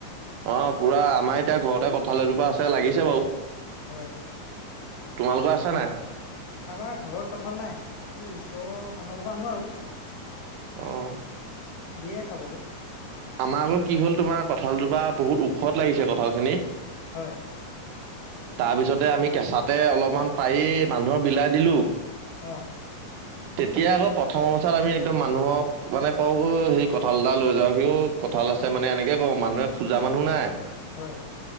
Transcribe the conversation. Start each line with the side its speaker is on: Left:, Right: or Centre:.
Right: অ, পুৰা, আমাৰ এতিয়া ঘৰতে কঁঠাল এজোপা আছে, লাগিছে বাও
Left: হয়।
Right: তোমালোকৰ আছে নাই?
Left: আমাৰ ঘৰত কঁঠাল নাই। এই ওচৰৰ মানুহ ঘৰৰ পৰা আনো আৰু।
Right: অ'হ
Left: দিয়ে খাবলে।
Right: আমাৰ আকৌ কি হ'ল তোমাৰ, কঁঠালজোপা বহুত ওখত লাগিছে কঁঠাল খিনি।
Left: হয়
Right: তাৰ পিছতে আমি কেঁচাতে অলপমান পাৰি মানুহৰ বিলাই দিলো
Left: অ
Right: তেতিয়া আকৌ প্ৰথম অৱস্থাত আমি একদম মানুহক মানে কও হিক কঁঠাল এটা লৈ যাও সিও কঁঠাল আছে মানে এনেকে কও মানুহে খোজা মানুহ নাই
Left: হয়।